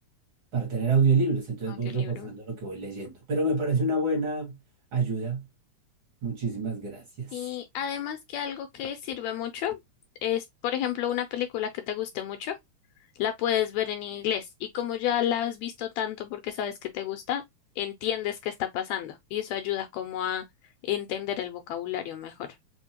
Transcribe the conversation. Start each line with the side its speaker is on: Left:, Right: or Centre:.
Right: para tener audiolibros. Entonces
Left: Audiolibro.
Right: voy reforzando lo que voy leyendo. Pero me parece una buena ayuda. Muchísimas gracias.
Left: Y además que algo que sirve mucho es, por ejemplo, una película que te guste mucho, la puedes ver en inglés y como ya la has visto tanto porque sabes que te gusta, entiendes qué está pasando y eso ayuda como a entender el vocabulario mejor.